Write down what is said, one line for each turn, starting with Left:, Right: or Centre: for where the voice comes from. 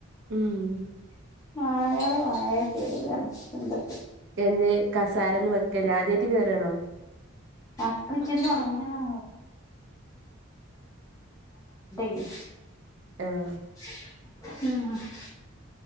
Right: ഉം
Left: നായള് <unintelligible> ടി പെണ്ണെ എന്തൊക്കെ
Right: എന്തെ കസാര ഒന്നും വെക്കല്ലേ ആദ്യവായിട്ട് കേറുവാണോ
Left: ആഹ് ഇപ്പ ഇച്ചിരി തുടങ്ങിയതാണ് <unintelligible>
Right: ആഹ്
Left: ആഹ്